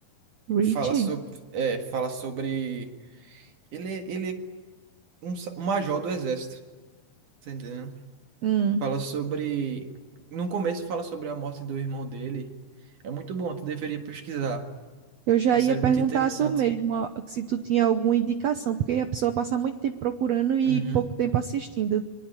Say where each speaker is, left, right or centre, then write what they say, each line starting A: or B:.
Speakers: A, on the right (about 85°); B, on the right (about 60°).
A: Richie?
B: que fala sobre, é, fala sobre... Ele, ele é um, sa- um major do exército, tá entendendo?
A: Hum,
B: Fala sobre... No começo fala sobre a morte do irmão dele. É muito bom, tu deveria pesquisar.
A: eu já
B: É uma série
A: ia perguntar
B: muito interessante.
A: a tu mesmo ó, se tu tinha alguma indicação, porque a pessoa passa muito tempo procurando e
B: Uhum.
A: pouco tempo assistindo.